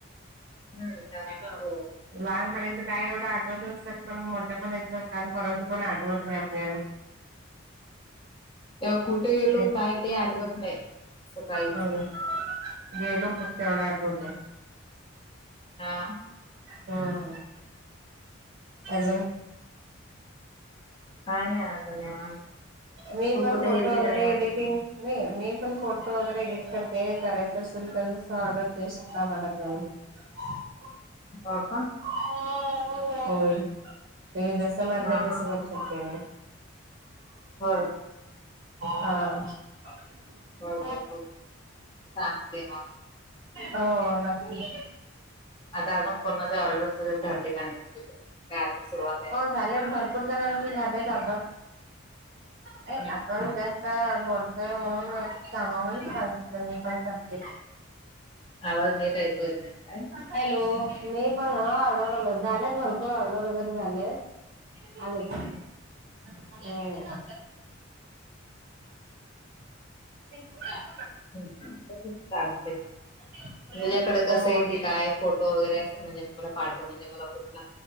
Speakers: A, on the left; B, on the right.
A: हम्म तेव्हा
B: <unintelligible>
A: हो
B: लहानपणीचा काय एवढं आठवत नसेल पण मोठ्यापणीच काल-परवाच पण आठवत नाही आपल्याला.
A: तेव्हा कुठे
B: आपल्याला
A: गेलो काय ते आठवत नाही असं काहीच.
B: हो गेलो होतो तेवढा आठवतंय.
A: हा
B: हा. अजून?
A: काही नाही अजुन निवांत.
B: मी
A: तू
B: पण
A: कुठे
B: फोटो
A: गेलती
B: वगैरे
A: का नाही म्हणजे
B: एडिटिंग नाही मी पण फोटो वगैरे एडिट करते, करायचा असेल तर तसं ऑर्डर देऊ शकता मला तुम्ही. <unintelligible>
A: हो का?
B: होय, तुम्ही जसं म्हणताय
A: हा
B: तसं
A: हा
B: करु शकते
A: होय
B: हा. <inaudible>
A: बर बर बर सांगते मग
B: हो नक्की.
A: आता अजून कोणाच ऑर्डर्स वगैरे धरले का नाही का अजून सुरवात आहे?
B: झाले भरपूर जणांचे झालं चांगलं ते
A: हम्म.
B: आपण आता बोलतोय म्हणून सांगाव म्हणुन सांगितलं मी पण करते.
A: आवाज नीट ऐकू येत नाही काय?
B: हॅलो,? मी पण हं, ऑर्डर वगैर झालेत, भरपूर ऑर्डर वगैरे झालेत. आलेत हो,
A: हम्म.
B: <inaudible>
A: ठीके चालतय.
B: <unintelligible>
A: तुझ्याकड कसं ये,
B: हो
A: ते काय फोटो वगैरे, असं म्हणजे मला पाठव, म्हणजे मला कुठला